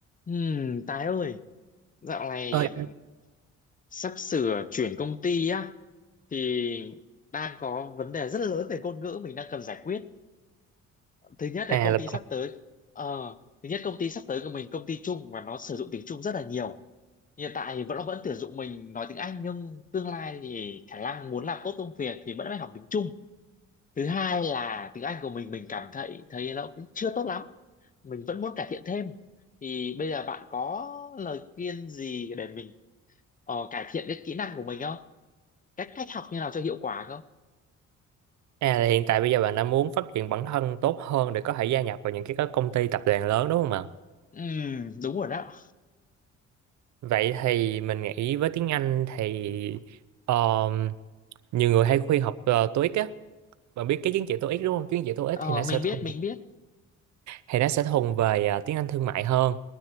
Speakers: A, on the left; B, on the right.
A: Ừm, Tài ơi, dạo này
B: Ơi,
A: sắp sửa chuyển công ty á thì đang có vấn đề rất lớn về ngôn ngữ mình đang cần giải quyết. Thứ nhất
B: à
A: là công
B: là
A: ty sắp tới ờ, thứ nhất công ty sắp tới của mình công ty Trung và nó sử dụng tiếng Trung rất là nhiều. Hiện tại thì vẫn vẫn tuyển dụng mình nói tiếng Anh nhưng tương lai thì khả năng muốn làm tốt công việc thì vẫn phải học tiếng Trung. Thứ hai là tiếng Anh của mình mình cảm thấy thấy nó cũng chưa tốt lắm, mình vẫn muốn cải thiện thêm. Thì bây giờ bạn có lời khuyên gì để mình ờ, cải thiện cái kỹ năng của mình không cách cách học như nào cho hiệu quả không
B: à là hiện tại bây giờ bạn đã muốn phát triển bản thân tốt hơn để có thể gia nhập vào những cái các công ty tập đoàn lớn đúng không ạ?
A: ừ, đúng rồi đó
B: Vậy thì mình nghĩ với tiếng Anh thì um, nhiều người hay khuyên học uh, TOEIC á, bạn biết cái chứng chỉ TOEIC đúng không? Chứng chỉ TOEIC
A: ờ,
B: thì nó
A: mình
B: sẽ
A: biết
B: thuần
A: mình biết
B: thì nó sẽ thuần về à, tiếng Anh thương mại hơn